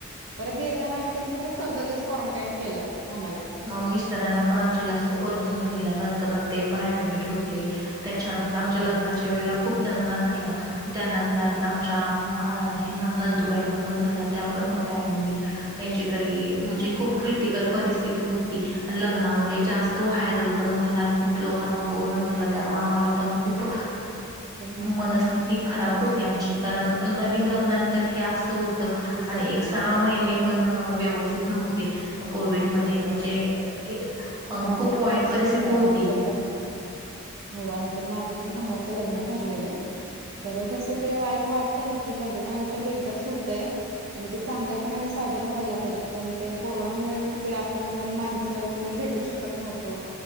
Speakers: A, on the right (about 60°); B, on the right (about 20°).
A: परत येताना आणि त्यांनी परत चौदा दिवस क्वारंटाईन केलं आम्हाला
B: मिस्टरांना पण आमच्या जास्त कोरोना झालेल्या नंतर ते पण ऍडमिट होते त्याच्यानंतर तर आमच्या
A: हम्म
B: लग्नाच्या वेळे खूप जणांना झाला त्यांना झाल्यानंतर आमच्या हे ना नंदूबाईंना पण झाला त्या पण होत्या ऍडमिट त्यांची तरी म्हणजे
A: बरोबर
B: खूप क्रिटिकल परिस्थिती होती आणि लग्नामुळे
A: हो
B: जास्त त व्हायरल पण झाला आणि खूप लोकांना कोरोना झाला
A: हो
B: तेव्हा आम्हाला पण खूप
A: पण
B: मनस्थि ती खराब होती आमची कारण नवीन लग्ना त्यात हे असं होतं
A: हे सगळं
B: आणि एक सहा महिने ण व्यवथित न्ह म्हणजे
A: बरोबर आहे माझं
B: खूप वाईट
A: पण असंच
B: परिस्थिती
A: आहे
B: होती
A: आमचं पण हो आमचं माझं पण भावाचं लग्न ठरलेलं तर कसं तेक वाटतय ना की लग्न आयुष्यात एकदाच होतंय आणि ते चांगल्यापणाने साजरा व्हायला पाहिजे पण ते कोरोना मुळे आपण माणसं कोणी भेटू शकत नव्हतो.